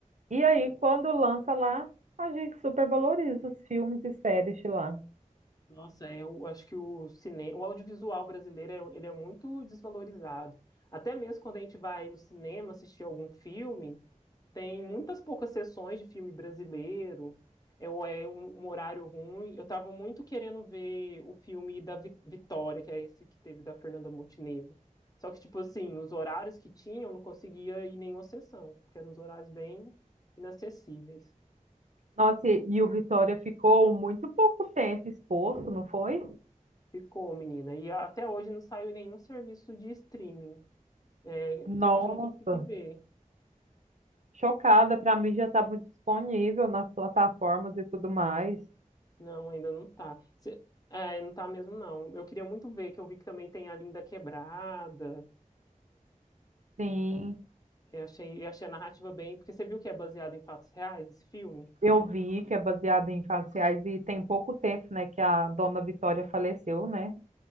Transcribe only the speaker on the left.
Nossa, é, eu acho que o cinema, o audiovisual brasileiro, é- ele é muito desvalorizado. Até mesmo quando a gente vai no cinema assistir algum filme, tem muitas poucas sessões de filme brasileiro, é, ou é um, um horário ruim. Eu estava muito querendo ver o filme da Vi- Vitória, que é esse que teve da Fernanda Montenegro. Só que, tipo assim, os horários que tinha, eu não conseguia ir em nenhuma sessão, porque eram os horários bem inacessíveis.
Ficou, menina. E até hoje não saiu em nenhum serviço de streaming. É, até
hoje eu não consegui ver.
Não, ainda não tá. Se- é, não tá mesmo, não. Eu queria muito ver, que eu vi que também tem a Linda Quebrada.
Eu achei, eu achei a narrativa bem. Porque você viu que é baseado em fatos reais esse filme?